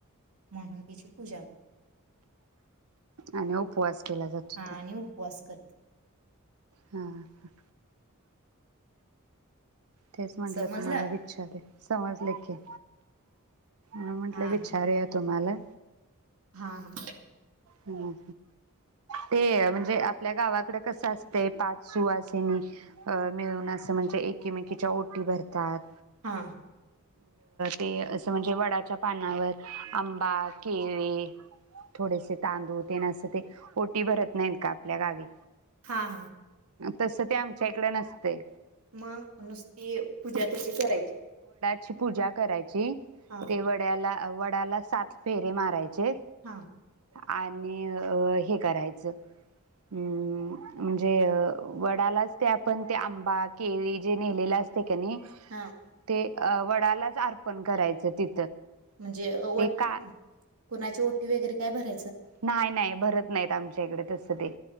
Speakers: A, on the right; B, on the right.
A: म्हणून तिची पूजा
B: आणि उपवास केला जातो
A: हा
B: ते
A: आणि उपवास करते!
B: हा हा. तेच म्हटलं
A: समजलं
B: तुम्हाला विचारू! समजले की म्हटलं!
A: हा
B: विचारूया
A: हा
B: तुम्हाला!
A: हा हा.
B: ह ते म्हणजे आपल्या गावाकडे कसं असतंय! पाच सुवासीनी मिळून असं म्हणजे एकमेकीच्या ओटी भरतात?
A: हा...
B: ते असं म्हणजे वडाच्या पानावर आंबा केळी थोडेसे तांदूळ तेन असं ते ओटी भरत नाहीत का आपल्या गावी
A: हा हा.
B: तसं ते आमच्या इकडे नसतयं.
A: मगं नुसती पूजा तशी करायची!
B: ची पूजा करायची!
A: हा
B: ते वडाला <unintelligible> त्याला सात फेरे मारायचे!
A: हा.
B: आणि हे करायचं! हम्म म्हणजे वडालाच ते आपण ते आंबा केळी जे नेलेले असते कनी
A: हा..
B: अ वडालाच अर्पण करायच ते
A: म्हणजे व
B: का
A: कुणाची ओटी वैगेरे काय भरा
B: न्हाय नाय. भरत नाहीत आमच्या इकडे तसं ते.